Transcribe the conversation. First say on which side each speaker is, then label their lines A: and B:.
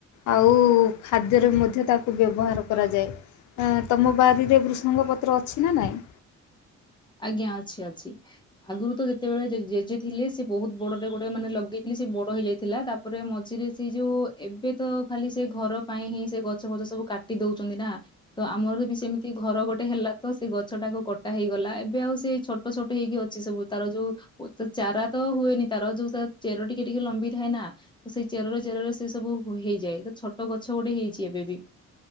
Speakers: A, on the left; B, on the left.
A: ଆଉ ଖାଦ୍ୟରେ ମଧ୍ୟ ତାକୁ ବ୍ୟବହାର କରାଯାଏ। ଆ ତମ ବାରିରେ ବୃଷଙ୍ଗ ପତ୍ର ଅଛି ନା ନହିଁ?
B: ଆଜ୍ଞା ଅଛି ଅଛି। ଆଗରୁ ତ ଯେତେବେଳେ ଜେଜେ ଥିଲେ ସେ ବହୁତ ବଡରେ ଗୋଟେ ମାନେ ଲଗେଇଥିଲେ ସେ ବଡ ହେଇଯାଇଥିଲା ତା ଉପରେ ମଝିରେ ସେଇ ଯୋଉ ଏବେ ତ ଖାଲି ସେ ଘର ପାଇଁ ହିଁ ସେ ଗଛ ଫଛ ସବୁ କାଟି ଦଉଛନ୍ତି ନା। ତ ଆମର ବି ସେମିତି ଘର ଗୋଟେ ହେଲା ତ ସେ ଗଛ ଟାକୁ କଟା ହେଇଗଲା। ଏବେ ଏବେ ଆଉ ସେଇ ଛୋଟ ଛୋଟ ହେଇକି ଅଛି ସବୁ ତାର ଯୋଉ ତ ଚାରା ତ ହୁଏନି ତାର ଯୋଉ ଚେର ଟିକେ ଟିକେ ଲମ୍ବି ଥାଏ ନା ସେଇ ଚେରରେ ଚେରରେ ସେ ସବୁ ହେଇଯାଏ ତ ଛୋଟ ଗଛ ଗୋଟେ ହେଇଛି ଏବେ ବି।